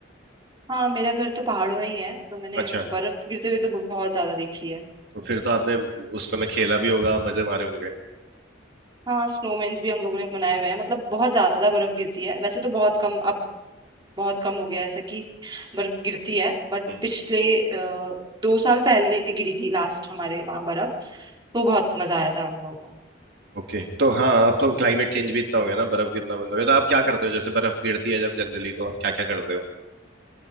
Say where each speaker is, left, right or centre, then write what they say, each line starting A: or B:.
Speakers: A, on the right; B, on the right.
A: हाँ मेरा घर तो पहाड़ों में ही है तो मैंने
B: अच्छा
A: बर्फ गिरते हुए तो बहुत ज्यादा देखी है
B: तो फिर तो आपने उस समय खेला भी होगा मजे मारे होंगे
A: हाँ स्नोमैन्स भी हम लोगों ने बनाए हुए हैं मतलब बहुत ज्यादा बर्फ गिरती है वैसे तो बहुत कम अब बहुत कम हो गया है ऐसा कि बर्फ गिरती है बट
B: हम्म
A: पिछले अ, दो साल पहले गिरी थी लास्ट हमारे वहाँ बर्फ तो बहुत मजा आया था हम लोगों को
B: ओके तो हाँ अब तो क्लाइमेट चेंज भी इतना हो गया ना बर्फ गिरना बंद हो गया तो आप क्या करते हो जैसे बर्फ गिरती है जब जनरली तो आप क्या क्या करते हो